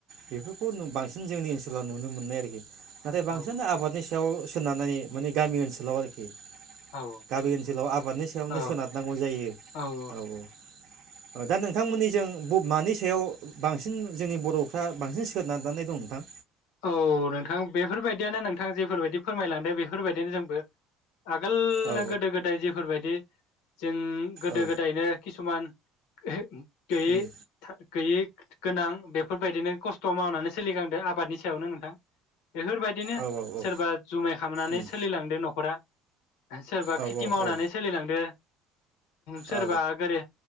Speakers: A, on the right (about 55°); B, on the left (about 85°).
A: बेफोरखौ जों बां सिन जोंनि ओनसोलाव
B: औ
A: नुनो मोनो आरोखि। नाथाय बांसिनानो
B: औ
A: आबादनि आखायाव सोनारनानै माने गामि ओनसोलाव आरोखि।।
B: औ
A: गामि ओनसोलाव आबादनि सायावनो
B: औ
A: सोनारनांगौ जायो
B: औ
A: औ। दा नोंथांमोननि जों ब मानि सायाव बांसिन जोंनि ब र'फ्रा बांसिन सोनारना दं नोंथां?
B: औ नोंथां बेफोरबायदियानो नोंथां जेफोरबायदि फोरमायलांदों बेफोरबायदिनो जोंबो। आगोल
A: औ
B: गोदो गोदाय जिफोरबायदि जों गोदो
A: औ
B: गोदायनो किसुमान <inaudible> गैयै
A: उम
B: था गैयै गोनां बेफोरबायदिनो खस्थ' मावनानै सोलिखांदों आबादनि सायावनो नोंथां। बेफोरबायदिनो
A: औ औ औ
B: सोरबा जुमाय खामनानै
A: उम
B: सोलिलांदों न'खरा। सोरबा
A: औ
B: खेथि मावनानै
A: औ
B: सोलिलांदों। सोरबा
A: औ
B: गोरो